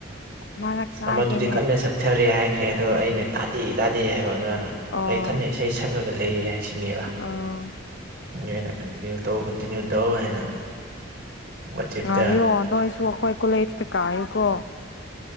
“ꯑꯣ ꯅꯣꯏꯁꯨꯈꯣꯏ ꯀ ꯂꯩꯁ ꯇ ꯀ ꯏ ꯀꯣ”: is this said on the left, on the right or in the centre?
Left